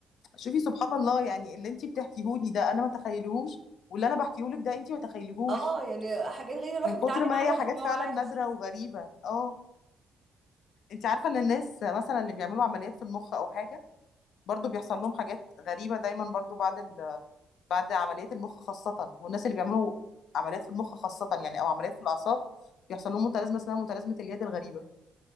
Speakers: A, on the left; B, on the right.
A: شوفي سبحان الله يعني اللي انتي بتحكيهولي ده انا ما تخيلهوش واللي انا بحكيهولك ده انتي ما تخيلهوش
B: اه يعني حاجات غريبه الواحد
A: من كتر
B: بيتعلم
A: ما
B: عنها
A: هي حاجات
B: طول ما
A: فعلا
B: هو عايش
A: نادرة وغريبة اه انتي عارفة ان الناس مثلا اللي بيعملوا عمليات في المخ او حاجة برضو بيحصل لهم حاجات غريبة دايما برضو بعد ال... بعد عمليات المخ خاصة والناس اللي بيعملوا عمليات في المخ خاصة يعني أو عمليات في الأعصاب بيحصل لهم متلازمة اسمها متلازمة اليد الغريبة